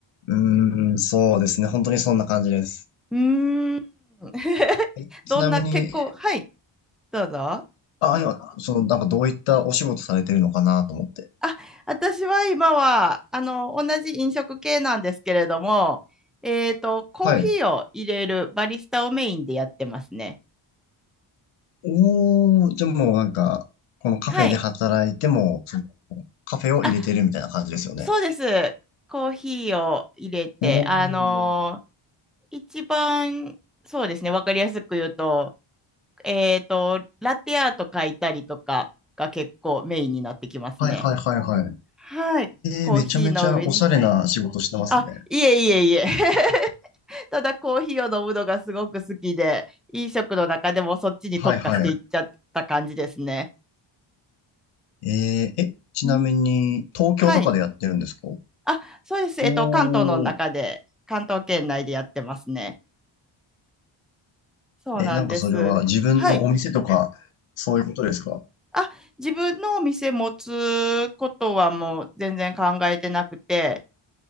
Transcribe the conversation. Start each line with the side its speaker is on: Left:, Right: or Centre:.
Left: うーん、そうですね。本当にそんな感じです。
Centre: うーん <laughs>
Left: え、ちなみに、
Centre: どんな結構はいどうぞ。
Left: あ、今、その、なんかどういったお仕事されてるのかなと思って。
Centre: あ、私は今は、あの、同じ飲食系なんですけれども、えっと、コーヒーを入れるバリスタをメインでやってますね。
Left: はい。おー、じゃあもうなんか、このカフェで働いても、
Centre: はい。
Left: そのカフェを入れてるみたいな感じですよね。
Centre: あ、そうです。コーヒーを入れて、
Left: おー、
Centre: あのー一番、そうですね、わかりやすく言うと、えっと、ラテアート書いたりとかが結構メインになってきますね。
Left: はいはいはいはい。
Centre: はい。コーヒーの上に。
Left: えー、めちゃめちゃおしゃれな仕事してますね。
Centre: あ、いえいえいえ。<laughs> ただコーヒーを飲むのがすごく好きで、飲食の中でもそっちに特化していっちゃった感じですね。
Left: はいはい。えー、え、ちなみに、
Centre: うん。
Left: 東京とかでやってるんですかお
Centre: はい。あ、そうです。えっと、
Left: ー、
Centre: 関東の中で、関東圏内でやってますね。そうなんです。
Left: え、なんかそれは自分のお店とか、
Centre: はい。
Left: そういうことですか
Centre: あ、自分のお店持つことはもう全然考えてなくて、